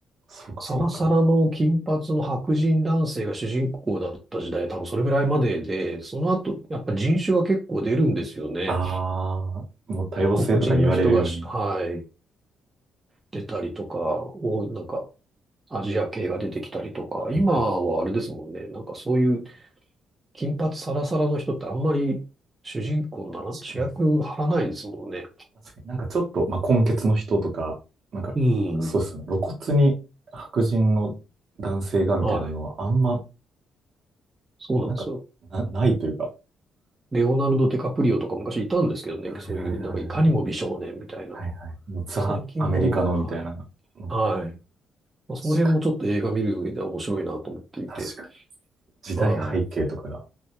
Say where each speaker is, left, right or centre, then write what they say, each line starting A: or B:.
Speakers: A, on the right; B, on the right.
A: そうか、
B: サラサラの金髪の白人男性が主人公だった時代、
A: そうか。
B: 多分それぐらいまでで、その後、やっぱ人種が結構出るんですよね。
A: ああ、もう多様性とか言われるように。
B: 黒人の人がし、はい。出たりとか、お、なんか、アジア系が出てきたりとか、
A: はいはい
B: 今はあれですもんね。なんかそういう金髪サラサラの人ってあんまり主人公なら、
A: 確かに。
B: 主役張らないですもんね。
A: 確かになんかちょっと、まあ、混血の人とか、なんか、
B: うん。
A: そうですね。露骨に白人の男性がみたいなのはあんま、
B: はい。そうなんですよ。
A: なんか、な、ないというか。
B: レオナルド・ディカプリオとか昔いたんですけどね。
A: はいはいは
B: そういう、なんかいかにも美少年みたいなの。
A: い。はいはい。もうザ・
B: 最近はま
A: アメリカのみたいなのが、
B: あはい。はい。まあ、その辺もちょっと映画見る上では面白いなと思っていて。
A: 確かに、確かに。時代背景とかが
B: はい。